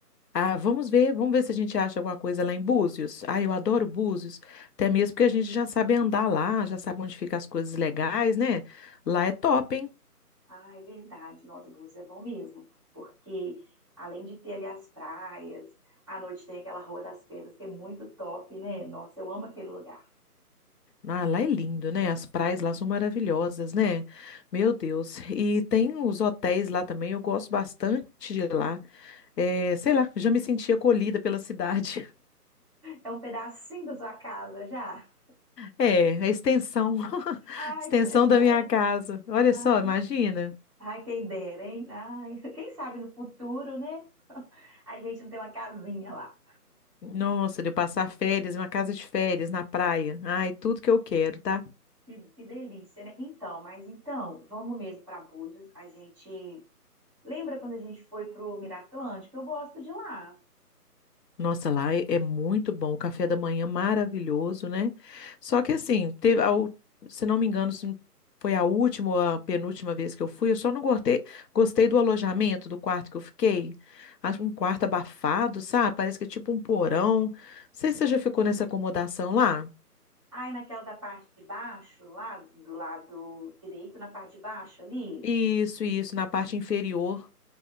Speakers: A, on the left (about 85°); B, on the right (about 20°).
A: Ah, vamos ver, vamos ver se a gente acha alguma coisa lá em Búzios. Ah, eu adoro Búzios, até mesmo porque a gente já sabe andar lá, já sabe onde ficam as coisas legais, né? Lá é top, hein?
B: Ah, é verdade. Nossa, Búzios é bom mesmo, porque além de ter ali as praias, à noite tem aquela Rua das Pedras, que é muito top, né? Nossa, eu amo aquele lugar.
A: Ah, lá é lindo, né? As praias lá são maravilhosas, né? Meu Deus. E tem os hotéis lá também, eu gosto bastante de lá. É, sei lá, já me senti acolhida pela cidade. <laughs>
B: É um pedacinho da sua casa já.
A: É, a extensão, <laughs>
B: Ai,
A: extensão
B: que legal.
A: da minha casa. Olha
B: Ai,
A: só, imagina.
B: ai, quem dera, hein? Ai, quem sabe no futuro, né? <laughs> A gente não tem uma casinha lá.
A: Nossa, de eu passar férias, em uma casa de férias na praia. Ai, tudo que eu quero, tá?
B: Que, que delícia, né? Então, mas então, vamos mesmo para Búzios. A gente. Lembra quando a gente foi pro Miraplântico? Eu gosto de lá.
A: Nossa, lá é, é muito bom, o café da manhã maravilhoso, né? Só que assim, teve, a se não me engano, se foi a última ou a penúltima vez que eu fui, eu só não gostei, gostei do alojamento, do quarto que eu fiquei. Acho um quarto abafado, sabe? Parece que é tipo um porão. Não sei se você já ficou nessa acomodação lá.
B: Aí naquela da parte de baixo, lá do lado direito, na parte de baixo ali.
A: Isso, isso, na parte inferior.